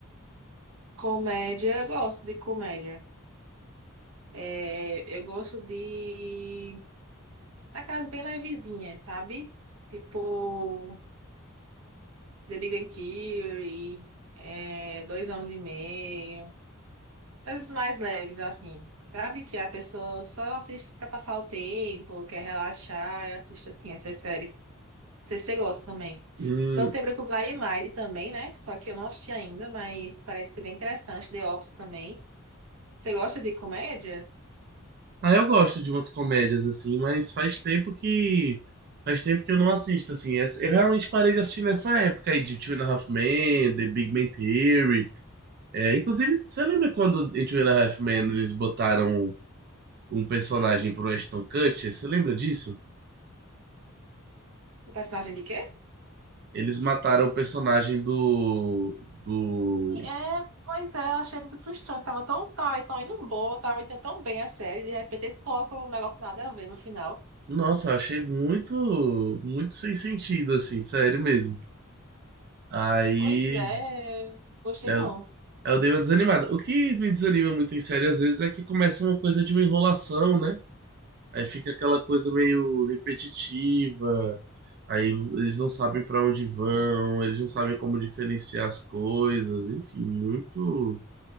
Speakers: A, on the right (about 85°); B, on the right (about 50°).
A: Comédia, eu gosto de comédia. É, eu gosto de aquelas bem levezinhas, sabe? Tipo The Big Bang Theory, é, Dois Anos e Meio, coisas mais leves assim, sabe? Que a pessoa só assiste pra passar o tempo, quer relaxar e assiste assim essas séries. Não sei se você gosta também.
B: Hum.
A: Só tem Brooklyn Nine-Nine também, né? Só que eu não assisti ainda, mas parece ser bem interessante. The Office também. Você gosta de comédia?
B: Ah, eu gosto de umas comédias, assim, mas faz tempo que. Faz tempo que eu não assisto, assim. Essa- Eu realmente parei de assistir nessa época aí de Two and a Half Men, The Big Bang Theory. É, inclusive, você lembra quando em Two and a Half Men eles botaram um um personagem pro Ashton Kutcher? Você lembra disso?
A: O personagem de quê?
B: Eles mataram o personagem do, do...
A: E É, pois é, eu achei muito frustrante. Tava tão, tava tão indo boa, tava indo tão bem a série, de repente eles colocam um negócio nada a ver no final.
B: Nossa, eu achei muito, muito sem sentido, assim, sério mesmo. Aí
A: Pois é, gostei
B: eu,
A: não.
B: eu dei uma desanimada. O que me desanima muito em série, às vezes, é que começa uma coisa de uma enrolação, né? Aí fica aquela coisa meio repetitiva. Aí eles não sabem pra onde vão,
A: E
B: eles não sabem como diferenciar as coisas, enfim, muito.